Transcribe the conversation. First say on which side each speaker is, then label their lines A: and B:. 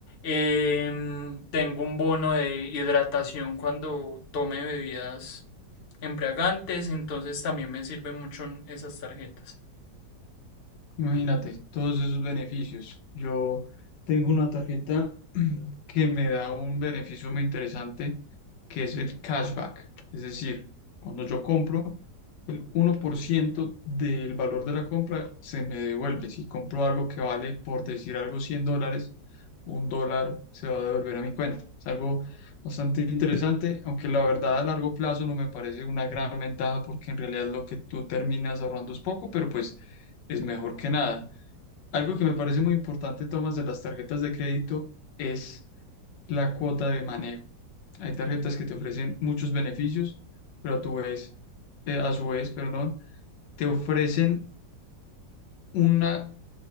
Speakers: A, on the left; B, on the left.
A: em, tengo un bono de hidratación cuando tome bebidas embriagantes, entonces también me sirven mucho esas tarjetas.
B: Imagínate, todos esos beneficios. Yo tengo una tarjeta <clears throat> que me da un beneficio muy interesante, que es el cashback. Es decir, cuando yo compro, el uno por ciento del valor de la compra se me devuelve. Si compro algo que vale, por decir algo, 100 dólares, un dólar se va a devolver a mi cuenta. Es algo bastante interesante, aunque la verdad a largo plazo no me parece una gran ventaja porque en realidad lo que tú terminas ahorrando es poco, pero pues es mejor que nada. Algo que me parece muy importante, Tomás, de las tarjetas de crédito es la cuota de manejo. Hay tarjetas que te ofrecen muchos beneficios, pero a tu vez, eh, a su vez, perdón, te ofrecen una